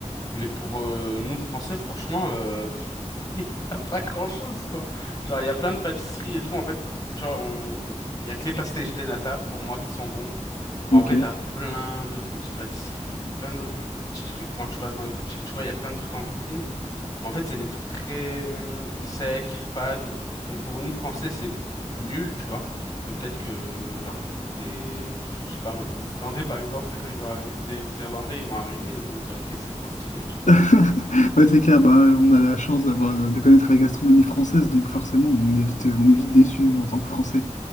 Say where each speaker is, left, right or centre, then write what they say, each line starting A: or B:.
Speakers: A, on the left; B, on the left.
A: mais pour euh, nous, Français, franchement, euh, pff, <laughs> il n'y a pas grand-chose, quoi. Genre, il y a plein de pâtisseries et tout. En fait, tu vois, on, on- il y a que les pastéis de nata, pour moi, qui sont bons. Mais en
B: Ok.
A: vrai, t'as plein d'autres petites pâtisseries, plein de petits trucs quand tu passes dans les boutiques. Tu vois, il y a plein de trucs en vitrine. Mais en fait, c'est des trucs très hum, secs, fades. Donc pour nous, français, c'est nul, tu vois. Mais peut-être que, genre, pour des, pff, je sais pas moi, des Islandais, par exemple, peut-être ils vont arri- des Irlandais, ils vont arriver, ils vont se dire, ok, c'est trop stylé, tu
B: <laughs> Ouais, c'est clair, bah, on a la chance d'avoir, euh, de connaître la gastronomie française, donc forcément, on évite euh, on est déçu en tant que Français.